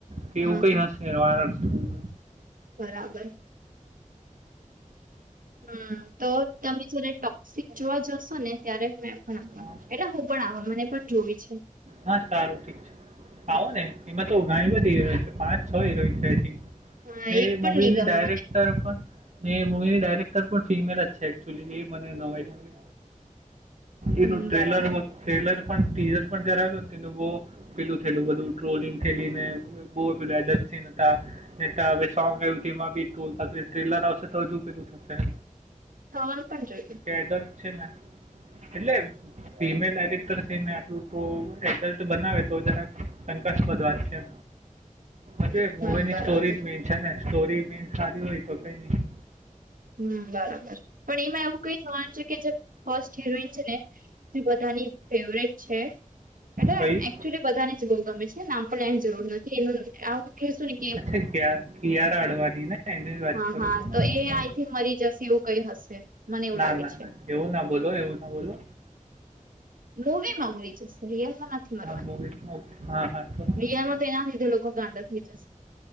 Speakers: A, on the right; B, on the right.
A: કે
B: હા
A: એવું કઈ
B: હા
A: હશે. વારાણસી છે.
B: બરાબર હમ તો તમે જારે ટોક્સિક જોવા જશો ને. ત્યારે મેં પણ આપ
A: હા
B: એટલે હું પણ આવ મને પણ જોઈવી છે.
A: હા સારું ઠીક છે
B: હમ.
A: આવો ને એમાં તો ઘણી બધીરોય છે પાંચ છ હરોય છે.
B: હા
A: ને
B: એક પણ
A: મવીની
B: નહી ગમે
A: ડાયરેક્ટર
B: મને
A: પણ ને મવીની ડાયરેક્ટર પણ ફિમેલ જ છે એકચુલી. મને નવાઈ લાગે, એનું
B: હમ
A: ટ્રેલરમાં
B: બરાબર
A: ટ્રેલર પણ ટી. પણ જરા બો પેલું થયેલું, બધું ટ્રોલિંગ થેલી ને બહુ અડેપ સીન હતા. હવે સોંગ આવમાં બી ટ્રોલ થાસે. ટ્રેલર આવશે તો હજુ પેલું થશે.
B: ખાવાનું પણ જોઈએ.
A: ડ્ટ છેને એટલે ફિમેલ ડાયરેક્ટર છે ને આટલું. તો એડલ્ટ બનાવે તો જરા શંકાસ્પદ વાત છે. હજ
B: હમ
A: મવી ની
B: બરાબર
A: સ્ટોરી જ મેીન છે ને સ્ટોરી મેીન સારી હોય તો કઈ નહી.
B: હમ બરાબર પણ એમાં એવું કઈ થવાનું છે કે જે ફસ્ટ હિરોઈન છે ને. બધાની ફેવરેટ છે બ.
A: કઈ
B: બધાને જ બહુ ગમે છેને આમ પણ એની જરૂર નથી એનું આવુંું.
A: અચ્છા ક કયાર હડવાની ને એની વાત
B: હા
A: કરું
B: હા
A: છો ને.
B: તો એ આઈ મરી જશે એવું કઈ હશે. મને એવું
A: ના
B: લાગે
A: ના
B: છે
A: ના. એવું ના બોલો. એવું ના બોલો.
B: મૂવીમાં હોય છે સરિયલમાં નથી મારો
A: મૂવીમાં હા હા હા. સારું.
B: રિયલમાં તો એના લીધે લોકો ગાડા થઈ જશે.